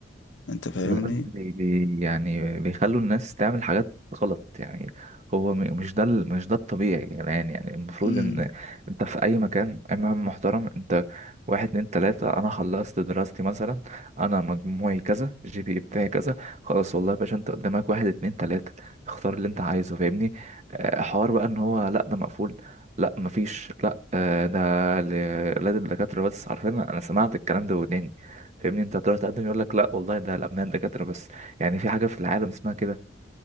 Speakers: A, on the left; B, on the right.
A: انت فاهمني
B: بجد بي بي- يعني بيخلوا الناس تعمل حاجات غلط يعني هو م- مش ده ال- مش ده الطبيعي يا جدعان يعني المفروض
A: مم.
B: ان انت في اي مكان اي مهم محترم انت واحد اتنين تلاتة انا خلصت دراستي مثلا انا مجموعي كذا جي بي بتاعي كذا خلاص والله يا باشا انت قدامك واحد اتنين تلاتة اختار اللي انت عايزه فاهمني آه، حوار بقى ان هو لا ده مقفول لا مفيش لا آه، ده ل- لا ده الدكاترة بس عارفين انا سمعت الكلام ده وداني فاهمني انت هتروح تقدم يقول لك لا والله ده الابناء دكاتره بس يعني في حاجه في العالم اسمها كده